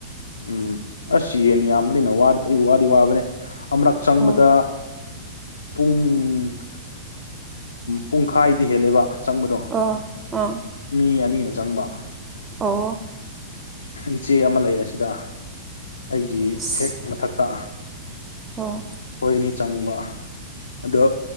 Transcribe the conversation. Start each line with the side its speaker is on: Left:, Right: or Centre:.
Left: ꯎꯝ ꯑꯁ ꯌꯦꯟ ꯌꯥꯝꯕꯅꯤꯅꯗꯤ ꯋꯥ ꯋꯥꯗꯤ ꯋꯥꯕꯅꯤ ꯑꯃꯔꯛ ꯆꯪꯕꯗ
Right: ꯑꯣ
Left: ꯄꯨꯡ ꯎꯝ ꯄꯨꯡꯈꯥꯏꯗꯤ ꯍꯦꯜꯂꯦꯕ ꯆꯪꯕꯗꯣ
Right: ꯑꯣ ꯑꯣ
Left: ꯃꯤ ꯑꯅꯤꯅ ꯆꯪꯕ
Right: ꯑꯣ
Left: ꯏꯆꯦ ꯑꯃ ꯂꯩꯌꯦ ꯑꯁꯤꯗ ꯑꯩꯒꯤ
Right: ꯑꯁ
Left: ꯍꯦꯛ ꯃꯊꯛꯇ
Right: ꯑꯣ
Left: ꯈꯣꯏꯅꯤ ꯆꯪꯕ ꯑꯗꯣ